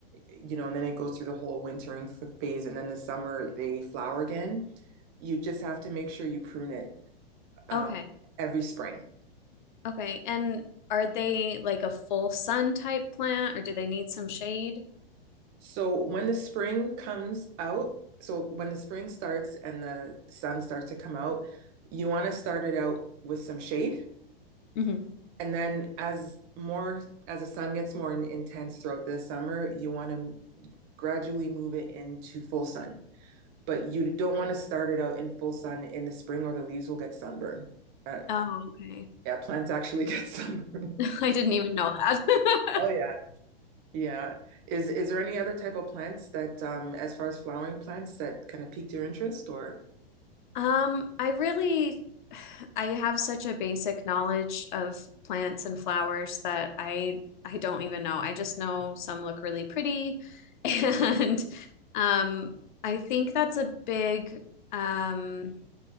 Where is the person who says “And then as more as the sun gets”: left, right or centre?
Right